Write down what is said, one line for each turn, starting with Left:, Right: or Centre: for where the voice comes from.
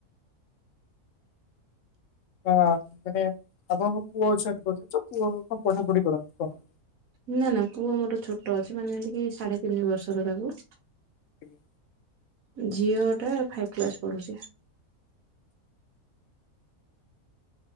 Left: ହଁ ମାନେ ଆପଣଙ୍କ ପୁଅ ଅଛନ୍ତି କହୁଛନ୍ତି ତ ପୁଅ କଣ ପଢାପଢି କରନ୍ତି କଣ?
Right: ନା ନା ପୁଅ ମୋର ଛୋଟ ଅଛି ମାନେ ଟିକେ ସାଢେ ତିନି ବର୍ଷର ତାକୁ।
Left: ଆଜ୍ଞା।
Right: ଝିଅ ଟା ଫାଇପ୍ କ୍ଲାସ ପଢୁଚି।